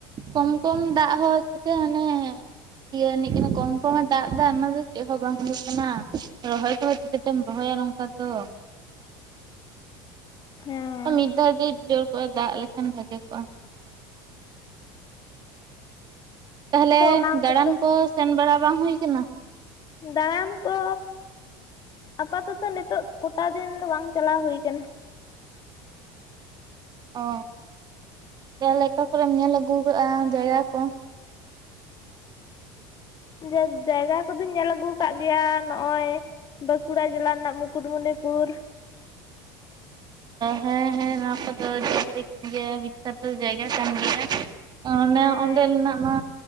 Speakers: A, on the right (about 40°); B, on the left (about 40°).
A: ᱠᱚᱢ ᱠᱚᱢ ᱫᱟᱜ ᱦᱚᱸ ᱪᱤᱠᱟᱹ ᱦᱟᱱᱮ ᱤᱭᱟᱹ ᱮᱱᱤᱡ ᱠᱚᱢ ᱠᱚᱢᱮ ᱫᱟᱜ ᱮᱫᱟ ᱚᱱᱟ ᱫᱚ ᱪᱮᱫᱦᱚᱸ ᱵᱟᱝ ᱦᱩᱭᱩᱜ ᱠᱟᱱᱟ ᱨᱚᱦᱚᱭ ᱠᱚᱦᱚᱸ ᱪᱤᱠᱟᱹᱛᱮᱢ ᱨᱚᱦᱚᱭᱟ ᱱᱚᱝᱠᱟ ᱫᱚ
B: ᱦᱮᱸ
A: ᱢᱤᱫ ᱫᱷᱟᱣ ᱜᱮ ᱡᱳᱨ ᱠᱚᱜᱼᱟ ᱫᱟᱜ ᱞᱮᱠᱷᱟᱱ ᱵᱷᱟᱜᱮ ᱠᱚᱜᱼᱟ ᱛᱟᱦᱚᱞᱮ
B: ᱟᱫᱚ ᱚᱱᱟ
A: ᱫᱟᱬᱟᱱ
B: ᱠᱚᱛᱚ
A: ᱠᱚ ᱥᱮᱱ ᱵᱟᱲᱟ ᱵᱟᱝ ᱦᱩᱭ ᱟᱠᱟᱱᱟ
B: ᱫᱟᱬᱟᱱ ᱠᱚ ᱟᱯᱟᱛᱚᱛᱚ ᱱᱤᱛᱚᱜ ᱠᱚᱴᱟ ᱫᱤᱱ ᱫᱚ ᱵᱟᱝ ᱵᱟᱝ ᱪᱟᱞᱟᱣ ᱦᱩᱭ ᱟᱠᱟᱱᱟ
A: ᱚ ᱛᱟᱦᱞᱮ ᱚᱠᱟ ᱠᱚᱨᱮᱢ ᱧᱮᱞ ᱟᱹᱜᱩ ᱠᱟᱜᱼᱟ ᱡᱟᱭᱜᱟ ᱠᱚ
B: ᱡᱮ ᱡᱟᱭᱜᱟ ᱠᱚᱫᱚᱧ ᱧᱮᱞ ᱟᱹᱜᱩ ᱟᱠᱟᱫ ᱜᱮᱭᱟ ᱱᱚᱜᱼᱚᱭ ᱵᱟᱸᱠᱩᱲᱟ ᱡᱮᱞᱟ ᱨᱮᱱᱟᱜ ᱢᱩᱠᱩᱴᱢᱩᱱᱤ ᱦᱚᱲᱨ <unintelligible>
A: ᱦᱮᱸ ᱦᱮᱸ ᱱᱚᱣᱟ ᱠᱚᱫᱚ ᱜᱮ ᱵᱤᱠᱠᱷᱟᱛᱚ ᱡᱟᱭᱜᱟ ᱠᱟᱱ ᱜᱮᱭᱟ ᱚᱱᱮ
B: ᱦᱮᱸ
A: ᱚᱸᱰᱮᱱᱟᱜ ᱢᱟ